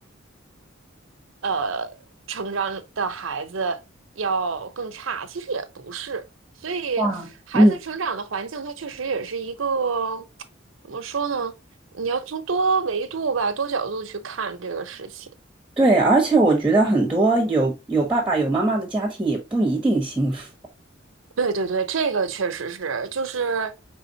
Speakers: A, on the right (about 80°); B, in the centre.
A: 呃成长的孩子要更差，其实也不是。所以孩子成长的环境，
B: 哇，嗯，
A: 它确实也是一个怎么说呢？你要从多维度吧、多角度去看这个事情。
B: 对，而且我觉得很多有有爸爸有妈妈的家庭也不一定幸福。
A: 对对对，这个确实是，就是，